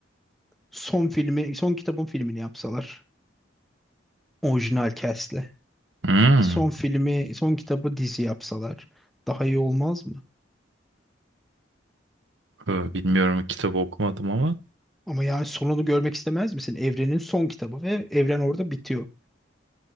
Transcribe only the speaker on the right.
Hmm.
Ee, Bilmiyorum kitabı okumadım ama.